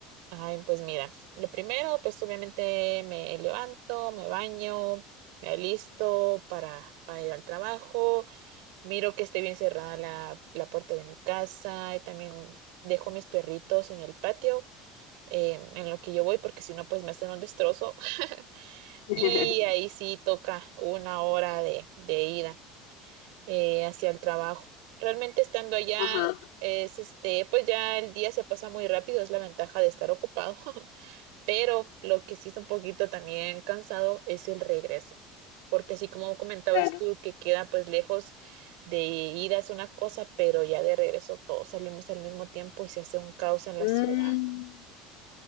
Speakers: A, on the right (about 70°); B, on the left (about 90°).
A: Ay, pues mira, lo primero, pues obviamente me levanto, me baño, me alisto para, para ir al trabajo, miro que esté bien cerrada la, la puerta de mi casa y también dejo mis perritos en el patio eh, en lo que yo voy porque si no, pues me hacen un destrozo <laughs>
B: <laughs>
A: y ahí sí toca una hora de, de ida eh, hacia el trabajo. Realmente estando allá
B: Ajá,
A: es este, pues ya el día se pasa muy rápido, es la ventaja de estar ocupado. <laughs> Pero lo que sí es un poquito también cansado es el regreso, porque así como comentabas
B: claro.
A: tú que queda pues lejos de ida es una cosa, pero ya de regreso todos salimos al mismo tiempo y se hace un caos en la
B: Mm,
A: ciudad.